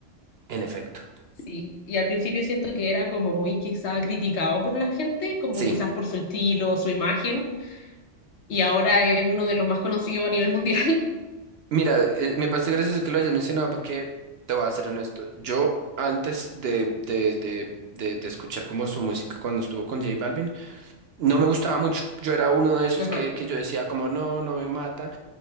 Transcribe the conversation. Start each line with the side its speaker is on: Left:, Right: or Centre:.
Right: en efecto.
Left: Sí, y al principio siento que era como muy quizá criticado por la gente, como
Right: Sí,
Left: quizás por su estilo, su imagen, y ahora es uno de los más conocidos a nivel mundial.
Right: mira, eh, me parece gracioso que lo hayas mencionado porque te voy a ser honesto. Yo antes de, de, de, de, de escuchar como su música cuando estuvo con J Balvin, no me gustaba mucho. Yo era uno de esos
Left: <laughs> Ajá,
Right: que, que yo decía como, no, no me mata.